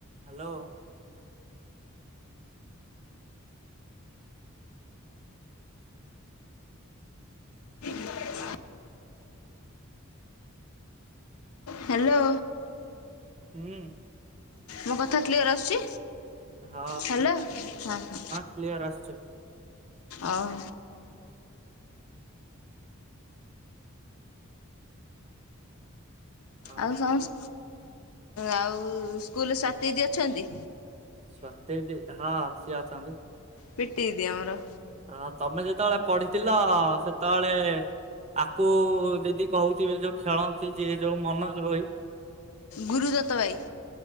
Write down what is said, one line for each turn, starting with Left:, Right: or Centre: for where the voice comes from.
Right: Hello!
Left: <inaudible> Hello!
Right: ହୁଁ।
Left: ମୋ କଥା କ୍ଳିଅର ଆସୁଚି?
Right: ହଁ
Left: ହାଲୋ! ହଁ ହଁ
Right: କ୍ଲିୟର ଆସୁଛି।
Left: ଅହ
Right: ଅ
Left: ଆଉଁସ ଆଉଁସ, ଆଉ ସ୍କୁଲରେ ସ୍ଵାତୀ ଦିଦି ଅଛନ୍ତି?
Right: ସ୍ୱାତୀ ଦିଦି ହଁ ସିଏ ଅଛନ୍ତି।
Left: ପିଟି ଦିଦି ଆମର
Right: ହଁ, ତମେ ଯେତେବଳେ ପଢିଥିଲ, ସେତଳେ ଆକୁ ଦିଦି କହୁଥିବେ, ଯୋଉ ଖେଳନ୍ତି ଯିଏ ଯୋଉ ମନୋଜ ଭୋଇ।
Left: ଗୁରୁଦତ୍ତ ଭାଇ।